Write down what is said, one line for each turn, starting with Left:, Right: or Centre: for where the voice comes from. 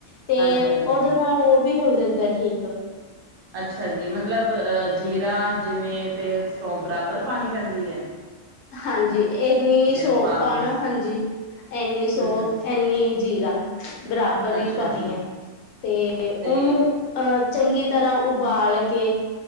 Left: ਤੇ
Right: ਹਾਂਜੀ ਹਾਂਜੀ
Left: ਉਦੇ ਨਾਲ ਉਹ ਵੀ, ਹੋ ਜਾਂਦਾ ਠੀਕ
Right: ਅੱਛਾ ਜੀ, ਮਤਲਬ ਅ ਜੀਰਾ ਜਿਵੇਂ, ਤੇ ਸੋਫ਼ ਬਰਾਬਰ ਪਾਣੀ ਪੈਂਦੀ ਆ
Left: ਹਾਂਜੀ ਏ ਲੈ ਸੋ
Right: ਉਬਾਲਣਾ
Left: ਪਾਣਾ ਹਾਂਜੀ, ਐਨੀ
Right: ਹਮ
Left: ਸੋਫ਼
Right: ਹਮ
Left: ਏਨੀ ਜੀਰਾ, ਬਰਾਬਰ ਹੀ
Right: ਅੱਛਾ
Left: ਪਾਣੀ
Right: ਜੀ
Left: ਐ, ਤੇ ਉਹਨੂੰ
Right: ਤੇ
Left: ਅ ਚੰਗੀ ਤਰ੍ਹਾਂ ਉਬਾਲ ਕੇ